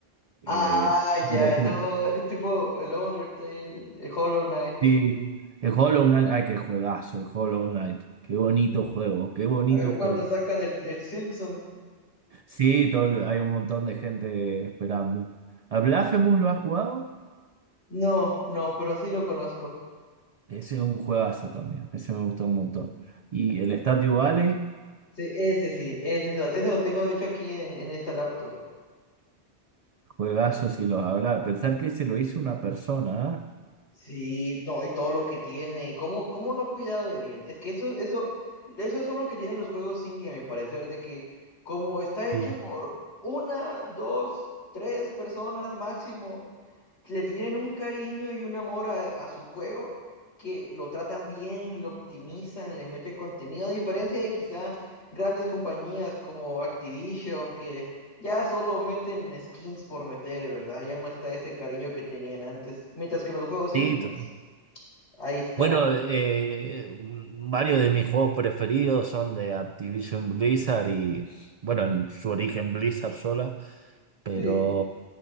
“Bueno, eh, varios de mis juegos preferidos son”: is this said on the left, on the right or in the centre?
Right